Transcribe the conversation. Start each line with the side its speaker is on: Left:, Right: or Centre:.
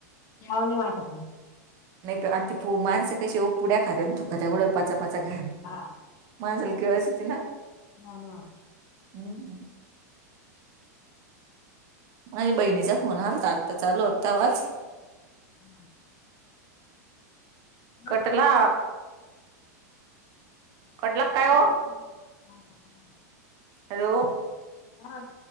Left: प्याव नाही वाटत ना
Right: नाय त आणि ती पू माणसं कशी ओ पुड्या खात्या आणि थुकत्या कुठ पचापचा घाण
Left: हा.
Right: माणसाला कीळस येती ना.
Left: नाय ना आत
Right: हम्म हं माया बहिणीचा फोन आलता आता चालू होता तवाच
Left: हा. मग
Right: कटला कटला
Left: नाय
Right: काय हो
Left: आता नको करू म्हणावं नंतर कर म्हणावं
Right: हॅलो,
Left: हा.